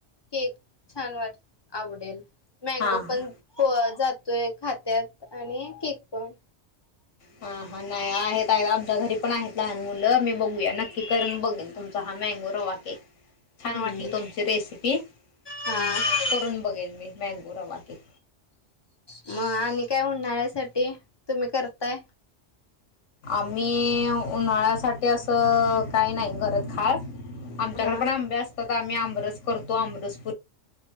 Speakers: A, on the left; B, on the left.
A: केक छान वाट आवडेल. मॅगो
B: हां हां
A: पण प जात ते खात्यात आणि केक पण
B: हा हा नाही आहेत आहेत आमच्या घरी पण आहेत लहान मुलं <unintelligible> मी बघूया नक्की करून बघेल तुम त हा मॅंगो रवा केक छान
A: हम्म
B: वाटली तुमची रेसिपी आ
A: हा.
B: करून बघेन मी मँगो रवा केक.
A: म आणि काय उन्हाळ्यासाठी तुम्ही करताय
B: आम्ही उन्हाळ्यासाठी असं काही नाही करत खास आमच्याकडे
A: हा
B: पण आंबे असतात. आम्ही आमरस करतो आमरस